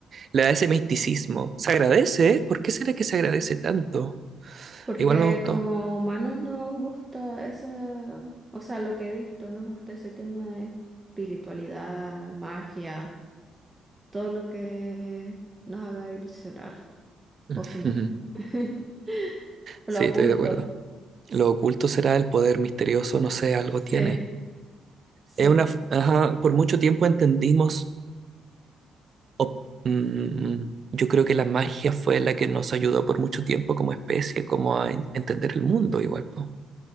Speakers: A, on the right; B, on the right.
A: Le da ese misticismo. Se agradece, ¿eh? ¿Por qué será que se agradece tanto?
B: Porque
A: Igual me gustó.
B: como humanos nos gusta esa, o sea, lo que he visto, nos gusta ese tema de espiritualidad, magia, todo lo que nos haga ilusionar
A: <laughs>
B: o soñar. <laughs>
A: Sí,
B: Lo oculto.
A: estoy de acuerdo. Lo oculto será el poder misterioso, no sé, algo
B: Sí,
A: tiene.
B: sí,
A: Es una, f- ajá, por mucho tiempo entendimos, o- mm, yo creo que la magia fue la que nos ayudó por mucho tiempo como especie, como a en- entender el mundo igual, po.